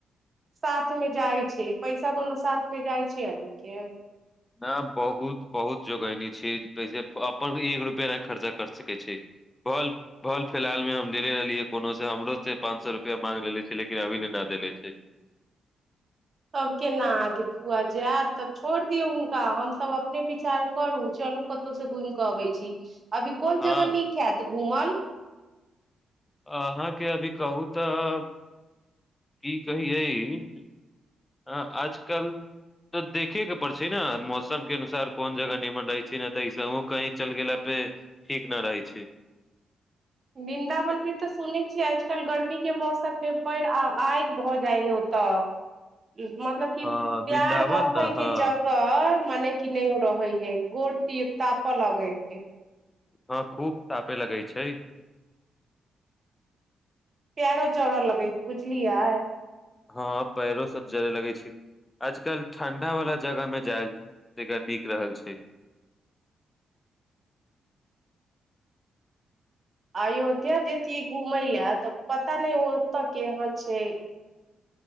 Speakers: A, on the right (about 45°); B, on the left (about 20°).
A: साथ मे जाइ छै पैसा कोनो साथ मे जाइ छै आदमी के
B: न बहुत बहुत जोगैनी छैैसे अपन एक रुपआ ने खर्चा कर सकै छै फल फिलहालमे हम लेले रहलियै कोनोसँ हमरो से पाँच सए रुपआ माग लेले छै लेकिन अभी ल न देे छै
A: तब केना अहाँके फुआ जायत तब छोड़ दियौ हुनका हमसभ अपने विचार करू चलू कतहु से घुमि कऽ अबै छी अभी कोन
B: हँ
A: जगह नीक हयत घूमल
B: अहाँके अभी कहू तऽ की कहियै ह आजकल तऽ देखयके पड़ छै ने मौसमके अनुसार कोन जगह नीमन रहै छै ने तऽ एहिसँ ओ कहीँ चलि गेलाापे ठीक नहि रहै छै
A: वृन्दावनमे तऽ सुनै छियै आजकल गर्मीके मौसममे बढ़ि आ आगि भऽ जाइ हे ओतय मतलब की
B: हँ वृन्दावन
A: पैर रखे
B: ने
A: के
B: हँ
A: जगह मने की नहि हो रहै है गोर छी ताप लगे है
B: हँ खूब तापे लगै छै
A: पैरों जड़ो लगेग बुझलियै
B: हँ पैरो सब जरय लगै छै आजकल ठंडा वाला जगह मे जाय जग निक रहल छै
A: अयोध्या जातिय घूमय लए तऽ पता नहि ओतऽ केहन छै